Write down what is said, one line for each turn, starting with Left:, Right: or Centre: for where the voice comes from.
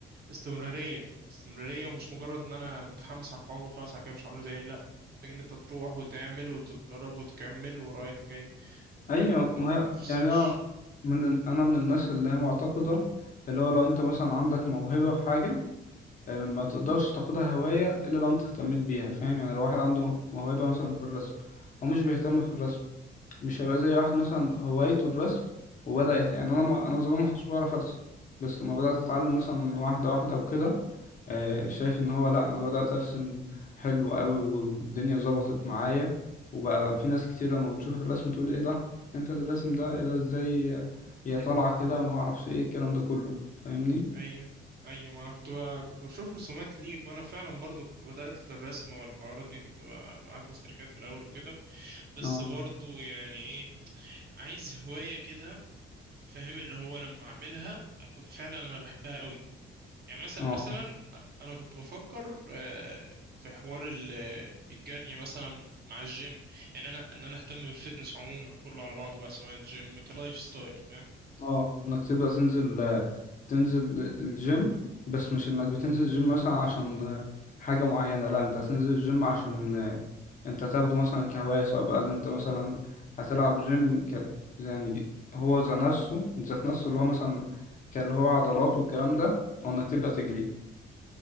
Right: استمرارية استمرارية ومش مجرد ان انا متحمس على الحوار وخلاص على كده مش هعمله تاني لا محتاج ان انت تروح وتعمل وتتدرب وتكمل ورايح جاي ما
Left: ايوه
Right: ما,
Left: ما
Right: ت-
Left: هي
Right: ما تفصلش
Left: يعني انا من انا من الناس اللي هي معتقدة اللي هو لو انت مثلا عندك موهبة في حاجة آه، ما تقدرش تاخدها هواية الا لو انت اهتميت بيها فاهم يعني لو واحد عنده موهبة مثلا في الرسم هو مش بيهتم في الرسم مش هيبقى زي واحد مثلا هوايته الرسم وبدأ يت... يعني انا ما... انا زمان ما كنتش بعرف ارسم بس لما بدأت اتعلم مثلا واحدة واحدة وكده آه، شايف ان هو لا انا بدأت ارسم حلو قوي والدنيا ظبطت معايا وبقى في ناس كتير لما بتشوف الرسم تقول لي ايه ده انت اللي الرسم ده ايه ده ازاي
Right: <laughs>
Left: هي طالعة كده ما اعرفش ايه الكلام ده كله فاهمني
Right: ايوه ايوه ما انا كنت ب... كنت بشوف رسومات ليك وانا فعلا برضو كنت بدأت في الرسم والحوارات دي كنت ب- بعت استريكات في الاول وكده بس
Left: اه
Right: برضو يعني ايه عايز هواية كده فاهم اللي هو لما اعملها اكون فعلا انا بحبها قوي يعني مثلا
Left: اه
Right: مثلا انا كنت بفكر آه، في حوار ال- آه، الجري مثلا مع الجيم يعني انا ان انا اهتم بالفتنس عموما كله على بعضه بقى سواء جيم كلايف ستايل فاهم
Left: اه انك تبدأ تنزل تنزل الجيم بس مش انك بتنزل الجيم مثلا عشان حاجة معينة لا انت هتنزل الجيم عشان انت تاخده مثلا كهواية سواء بقى اللي انت مثلا هتلعب جيم كت يعني هو ذات نفسه ذات نفسه اللي هو مثلا كان اللي هو عضلات والكلام ده او انك تبدأ تجري